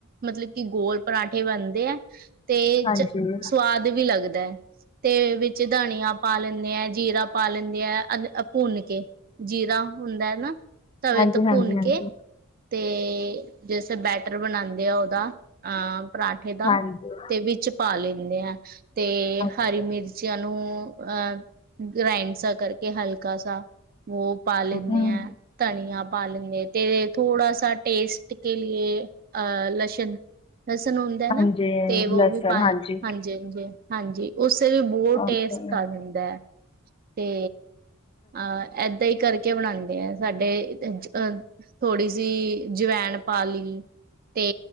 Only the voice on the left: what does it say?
ਹਾਂਜੀ
ਹਾਂਜੀ
ਹਾਂਜੀ
ਹਾਂਜੀ
ਹਾਂਜੀ
ਹਾਂਜੀ
ਹਮ
ਹਾਂਜੀ
ਲਸਣ
ਹਾਂਜੀ
ਹਾਂਜੀ